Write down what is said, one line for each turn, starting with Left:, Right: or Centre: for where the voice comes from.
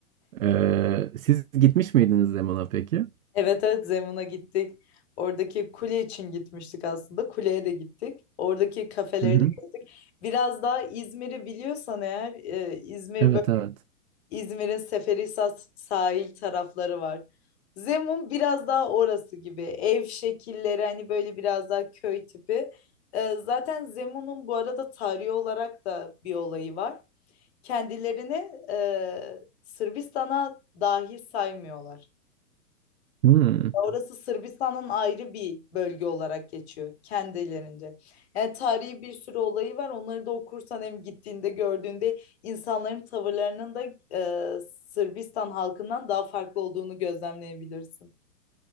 Right: E, siz gitmiş miydiniz Zemun'a peki?
Left: Evet evet Zemun'a gittik. Oradaki kule için gitmiştik aslında. Kuleye de gittik. Oradaki kafeleri
Right: Hı hı.
Left: de gittik. Biraz daha İzmir'i biliyorsan eğer e, İzmir
Right: Evet
Left: böyle
Right: evet.
Left: İzmir'in Seferihisar sahil tarafları var. Zemun biraz daha orası gibi. Ev şekilleri hani böyle biraz daha köy tipi. E, zaten Zemun'un bu arada tarihi olarak da bir olayı var. kendilerini e, Sırbistan'a dahil saymıyorlar.
Right: Hmm.
Left: Orası Sırbistan'ın ayrı bir bölge olarak geçiyor kendilerince. Yani tarihi bir sürü olayı var. Onları da okursan hem gittiğinde gördüğünde insanların tavırlarının da e, Sırbistan halkından daha farklı olduğunu gözlemleyebilirsin.